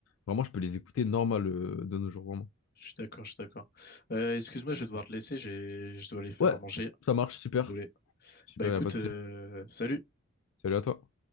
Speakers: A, on the left; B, on the left.
A: vraiment, je peux les écouter normal euh, de nos jours, vraiment.
B: Je suis d'accord, je suis d'accord. Euh, excuse-moi, je vais devoir te laisser, j'ai, je dois aller faire
A: Ouais,
B: à manger.
A: ça marche, super.
B: Désolé.
A: Super,
B: Bah écoute,
A: y a pas de
B: euh,
A: souci.
B: salut.
A: Salut à toi.